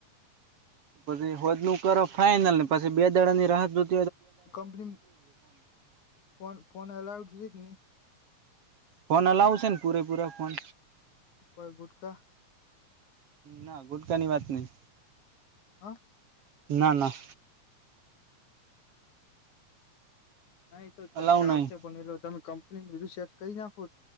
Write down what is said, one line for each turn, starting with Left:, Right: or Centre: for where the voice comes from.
Right: પછી હોદ નું કરો ફાઈઇનલ ને પછી બે દડા ની રાહત જો
Left: કંપની ફોન ફોન અલાઉડ છેક નહી
Right: ફોન અલાવશે ને પૂરેપૂરા ફોન
Left: ઉપ ગુટખા
Right: ના ગુટકાની વાત નહ
Left: હમ
Right: ના ના
Left: ના એ તો
Right: અલાવ
Left: ચાલ
Right: નહી
Left: છે બનેલો તમે કંપની ન બીધું સેટ કરી નાખો